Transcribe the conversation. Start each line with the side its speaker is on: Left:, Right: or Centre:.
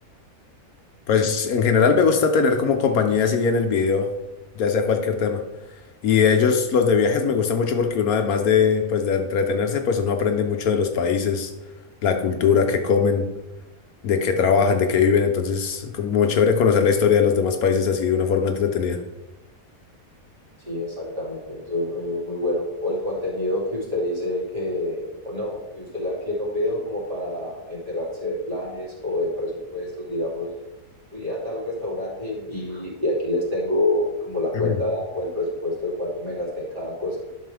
Left: Pues en general me gusta tener como compañía así en el video, ya sea cualquier tema. Y de ellos, los de viajes, me gusta mucho porque uno además de, pues, de entretenerse, pues uno aprende mucho de los países, la cultura, qué comen, de qué trabajan, de qué viven. Entonces, como muy chévere conocer la historia de los demás países así de una forma entretenida.
Right: Sí, exactamente, eso es, eso es muy bueno. O el contenido que usted dice que, o no, que usted le da clic a un video como para enterarse de planes o de presupuestos, digamos fui a tal restaurante y, y- y aquí les tengo como la cuenta
Left: Ujú.
Right: o el presupuesto de cuánto me gasté en cada cosa.